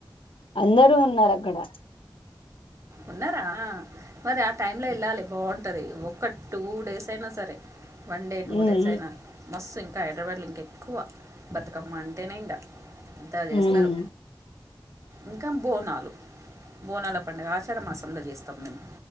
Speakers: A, on the left (about 85°); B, on the right (about 35°).
A: అందరు ఉన్నారు అక్కడ
B: ఉన్నార మరి ఆ టైమ్ లో వెళ్ళాలి <unintelligible> ఉంటంది ఒక టూ డేస్ అయినా సరే వన్ డే టూ
A: ఉమ్
B: డేస్ అయినా మస్తు ఇంకా హైదరాబాద్లో ఇంక ఎక్కువ బతుకమ్మ అంటేనే ఇంగ <unintelligible> చేస్తారు
A: ఉమ్
B: ఇంకా బోనాలు బోనలు పండుగ అక్కడ మాసంలో చేస్తాం మేము